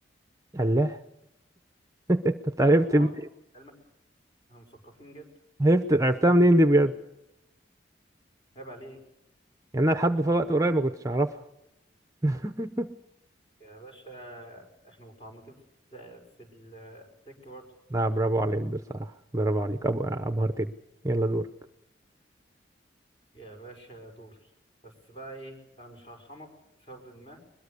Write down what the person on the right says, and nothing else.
الله <laughs> أنت عرفت
منين؟
عرفت عرفتها منين دي بجد؟
يعني أنا لحد في وقت قريب ما كنتش أعرفها <laughs>
لا برافو عليك بصراحة برافو عليك أب... أبهرتني يلا دورك